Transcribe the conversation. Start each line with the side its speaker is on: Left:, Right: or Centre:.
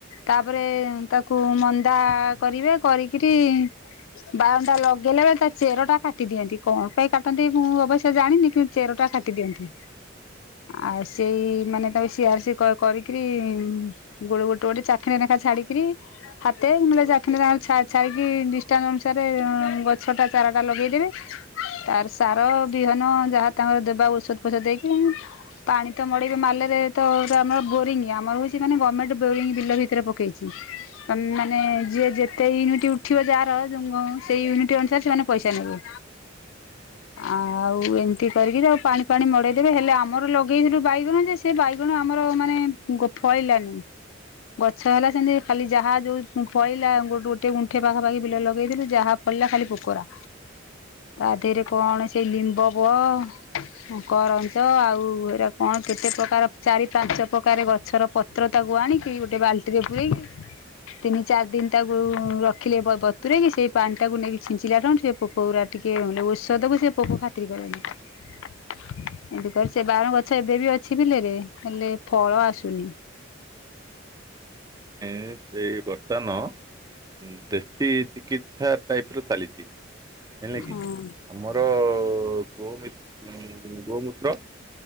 Left: ତାପରେ ତାକୁ ମନ୍ଦା କରିବେ କରିକିରି ବାଉଣ୍ଡା ଲଗେଇଲେ ବା ଚେର ଟା କାଟିଦିଅନ୍ତି। କଣ ପାଇଁ କାଟନ୍ତି ମୁଁ ଅବଶ୍ୟ ଜାଣିନି କିନ୍ତୁ ଚେରଟା କାଟି ଦିଅନ୍ତି। ଆଉ ସେଇ ମାନେ ତାକୁ ସିଆର୍ ସି କରିକିରି ଗୋଡେ ଗୋଟେ ଗୋଟେ ଚାଖେଣ୍ଡ ନେଖା ଛାଡିକିରି ହାତେ ନଲେ ଚାଖେଣ୍ଡ ନାଖା ଛା ଛାଡ଼ିକି ଡିଷ୍ଟାନ୍ସ ଅନୁସାରେ ଗଛ ଟା ଚାରାଟା ଲଗେଇଦେବେ। ତାର ସାର ବିହନ ଯାହା ତାଙ୍କର ଦେବା ଔଷଧ ଫୋଷଧ ଦେଇକି ପାଣି ତ ମଡେଇବେ ମାଲରେ ତ ଆମର ବୋରିଂ ଆମର ହଉଛି ମେ ଗଭର୍ଣ୍ଣମେଣ୍ଟ ବୋରିଂ ବିଲ ଭିତରେ ପକେଇଛି। ତ ମାନେ ଯିଏ ଯେତେ ୟୁନିଟ ଉଠିବ ଯାହାର ସେଇ ୟୁନିଟ ଅନୁସାରେ ସେମାନେ ପଇସା ନେବେ।
Right: ହ
Left: ଆଉ ଏମିତି କରିକିରି ଆଉ ପାଣି ଫାଣି ମଡେଇଦେବେ ହେଲେ ଆମର ଲଗେଇଥିଲୁ ବାଇଗଣ ଯେ ସେ ବାଇଗଣ ଆମର ମାନେ ଫଳିଲାନି। ଗଛ ହେଲା ସେମିତି ଖାଲି ଯାହା ଯୋଉ ଫଳିଲା ଗୋଟେ ଗୋଟେ ଗୁଣ୍ଠେ ପାଖାପାଖି ବିଲରେ ଲଗେଇଥିଲୁ ଯାହା ଫଳିଲା ଖାଲି ପୋକରା। ତା ଦେହରେ କଣ ସେଇ ଲିମ୍ବ ବ ହଁ କରଞ୍ଚ ଆଉ ଏରା କଣ କେତେ ପ୍ରକାର ଚାରି ପାଞ୍ଚ ପ୍ରକାର ଗଛର ପତ୍ର ତାକୁ ଆଣିକି ଗୋଟେ ବାଲ୍ଟିରେ ପୁରେଇକି ତିନି ଚାରି ଦିନ ତାକୁ ରଖିଲେ ବତୁରେଇ କି ସେଇ ପାଣି ଟାକୁ ନେଇକି ଛିଞ୍ଚିଲା ଠୁ। ସେ ପୋକ ଗୁ ରା ଟିକେ ମାନେ ଔଷଧ କୁ ସେ ପୋକ ଖାତିର କଲେନି। ଏମିତି କରି ସେ ବାରଣ ଗଛ ଏବେ ବି ଅଛି ବିଲେରେ ହେଲେ ଫଳ ଆସୁନି।
Right: ସେ ବର୍ତ୍ତମାନ ଦେଶୀ ଚିକିତ୍ସା ଟାଇପ ର ଚାଲିଛି। ଜାଣିଲେ
Left: ହଁ
Right: କିି ଆମର ଗୋମ ଗୋମୂତ୍ର